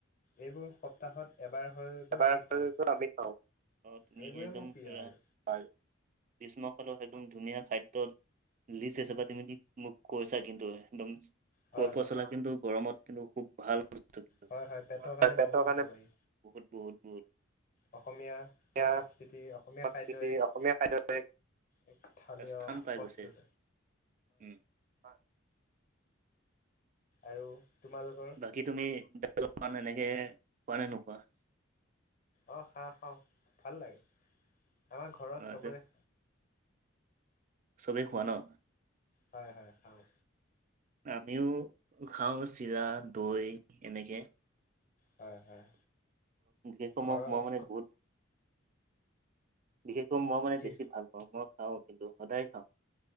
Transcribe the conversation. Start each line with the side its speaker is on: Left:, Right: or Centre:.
Left: এইবোৰ সপ্তাহত এবাৰ হলেতো
Right: এবাৰ
Left: আমি খাওঁ।
Right: আমি খাওঁ তুমি
Left: এইবোৰে
Right: একদম
Left: মোৰ প্ৰিয়
Right: পুৰা
Left: আৰু
Right: <unintelligible> গ্ৰীষ্মকালৰ একদম ধুনীয়া খাদ্যৰ লিষ্ট হিচাপে তুমি মোক কৈছা কিন্তু একদম
Left: হয়
Right: কল পচলা
Left: হয়
Right: কিন্তু গৰমত কিন্তু খুব ভাল বস্তু, কিন্তু
Left: হয় হয়
Right: পেটৰ
Left: বহুত
Right: কাৰণে
Left: উপকাৰী।
Right: বহুত বহুত বহুত
Left: অসমীয়া
Right: অসমীয়া
Left: সংস্কৃতি অসমীয়া
Right: সংস্কৃতি
Left: খাদ্য এক
Right: অসমীয়া খাদ্যই
Left: এক থালিয়
Right: এটা স্থান পাই
Left: প্ৰস্তুত
Right: গৈছে উম, হয়।
Left: আৰু তোমালোকৰ
Right: বাকী তুমি দাল ন এনেকে পোৱা নে নোখোৱা? <unintelligible>
Left: অ, খা-খাওঁ ভাল লাগে। আমাৰ ঘৰত
Right: অ'
Left: চবৰে
Right: যে চবেই খোৱা ন?
Left: হয় হয় খাওঁ।
Right: আমিও খাওঁ চিৰা, দৈ এনেকে
Left: হয় হয়
Right: সেইসমূহ
Left: ঘৰত
Right: মই মানে বহুত বিশেষকৈ মই মানে
Left: কি
Right: বেছি ভাল পাওঁ মই খাওঁ কিন্তু সদায় খাওঁ।